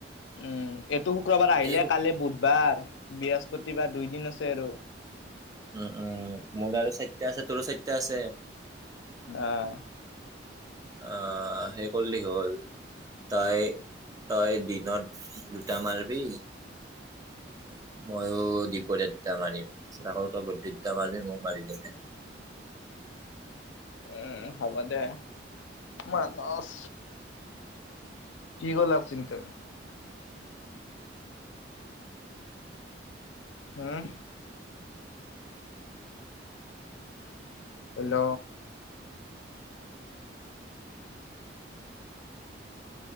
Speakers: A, on the left; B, on the right.
A: উম। এইটো শুক্ৰবাৰ আহিলে
B: এই শু
A: কাললৈ বুধবাৰ বৃহস্পতিবাৰ দুই দিন আছে আৰু
B: উম উম মোৰ ত আৰু চাৰটা আছে তোৰো চৰিটা আছে
A: আহ
B: আহ সেই কৰিলে হল তই তই দিনত দুটা মাৰিবি মইো দুপৰীয়া দুটা মাৰিম তাৰপিছত আকৌ তই গদ্ধি দুটা মাৰি ময় মাৰি দিম হে
A: উ হবা দে মানস কি ক'লপ চিন্ত <unintelligible> হুম। হেল্ল'।